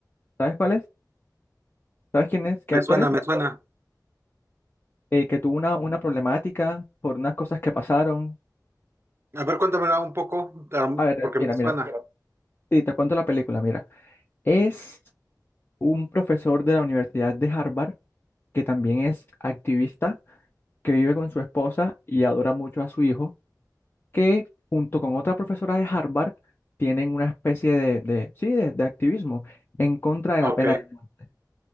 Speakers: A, on the left; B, on the right.
A: ¿Sabes cuál es? ¿Sabes quién es? ¿Qué
B: Me
A: actor
B: suena,
A: es?
B: me suena.
A: Eh, que tuvo una, una problemática por unas cosas que pasaron.
B: A ver, cuéntamela un poco, am,
A: A ver,
B: porque
A: mira,
B: me suena.
A: mira, sí, te cuento la película, mira. Es un profesor de la Universidad de Harvard que también es activista, que vive con su esposa y adora mucho a su hijo, que junto con otra profesora de Harvard tienen una especie de, de- sí, de, de activismo en contra de
B: Ok,
A: la pena de muerte.